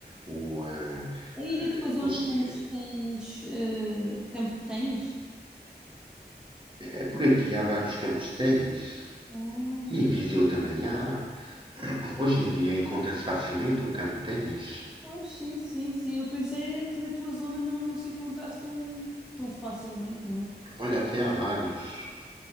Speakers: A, on the right (about 30°); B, in the centre.
A: Ou, eh,
B: Aí
A: eh,
B: na tua zona
A: pois,
B: tens,
A: eh,
B: tens eh, campo de ténis?
A: é por aqui há vários campos de ténis.
B: Ah,
A: E em Viseu também há. Hoje em dia encontra-se facilmente um campo de ténis.
B: Pois sim, sim, sim. Eu pensei é que na tua zona não, não se encontrasse tão, tão facilmente, não é?
A: Olha, até há vários.